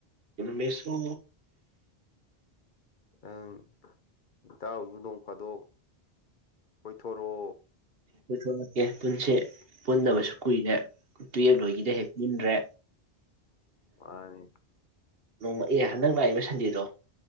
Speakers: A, on the right; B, on the left.
A: ꯃꯦꯁꯨꯣ
B: ꯑꯪ ꯇꯎꯁꯨꯗꯣꯡ ꯐꯥꯗꯣꯛ ꯍꯣꯏꯊꯣꯔꯣ
A: ꯄ ꯊꯣ ꯅꯀꯦ ꯄꯨꯟꯁꯤ ꯄꯨꯟꯗꯕꯁꯨ ꯀꯨꯏꯔꯦ ꯇꯨꯌꯦꯜꯕ ꯂꯣꯏꯒꯤꯗ ꯍꯦꯛ ꯄꯨꯟꯗ꯭ꯔꯦ
B: ꯋꯥꯅꯦ
A: ꯅꯣꯡꯃꯑ ꯍꯟꯗꯛ ꯂꯥꯛꯏꯕ ꯁꯟꯗꯦꯗꯣ